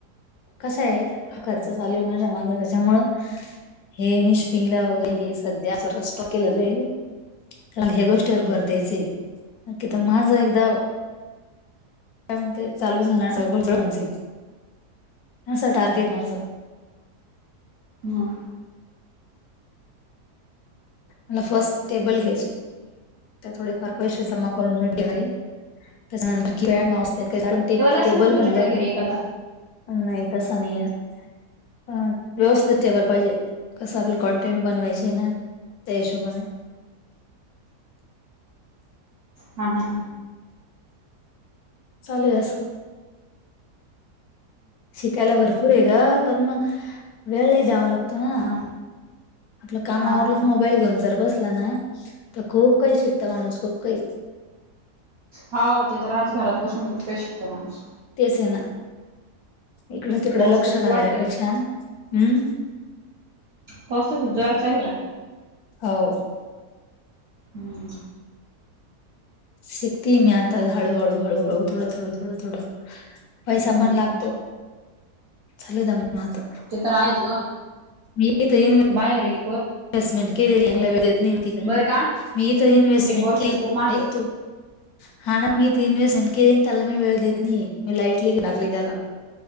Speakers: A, on the left; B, on the right.
A: कसा आहे हा खर्च चालू आहे माझ्या मागं त्याच्यामुळं- हे मी शॉपिंग वगैर हे सध्या रस्ट केलेला आहे- चांगल्या गोष्टीवर भर द्यायचे नक्की तर माझं एकदा- काय म्हणते चालू झाणार म्हणजे असं टार्गेट माझं.
B: हम्.
A: मला फर्स्ट टेबल घ्यायच‌. तर थोडेफार पैसे जमा करून भेटले त्याच्यानंतर किपॅड माउस मागवतो. त्ये टेब
B: असेल
A: टेबल
B: ना तुझ्याकडे
A: म्हणल्य
B: घरी एखादा
A: नाही तस नाही आहे. ह व्यवस्थित टेबल पाहिजे कसं आपलं कंटुइनी बनवायचे ना. त्या हिशाबाने.
B: हा हा.
A: चालेल असं. शिकायला भरपूर आहे ग पण मग वेळ लै द्यावा लागतो ना.
B: ह हा
A: आपल्या काम आवरून
B: हा
A: मोबाईल घेऊन जर बसला ना तर खूप काही शिकतो माणूस खूप- काहि.
B: हो ते तर आज घरात बसून खूप काही शिकतो माणूस.
A: तेच आहे ना इकडं तिकडं
B: पाऊस
A: लक्ष
B: तर खूप
A: घालल्यापेक्षा
B: वाढतोय
A: हम्म
B: पाऊस काय खुप जोराचा आला.
A: हो.
B: हम्म.
A: शिकते मी आता हळूहळू हळूहळू थोडं थोडं थोडं थोडं. पैसा
B: हम्म
A: पण लागतो चालु द्या मग आता.
B: ते तर आहेच ग.
A: <unintelligible>
B: बाहेर आहे.
A: इन्व्हेस्टमेंट केलेलीच नाहि,
B: बर का
A: मी इथ इन्व्हेस्टमेंट
B: हे कोर्सेस
A: के लेली
B: खूप महागे
A: ऐकत. हा ना मी तीन वेळेस <unintelligible> केली आणि त्याला मी वेळ देत नाही मी लाईफ कीड लागली त्याला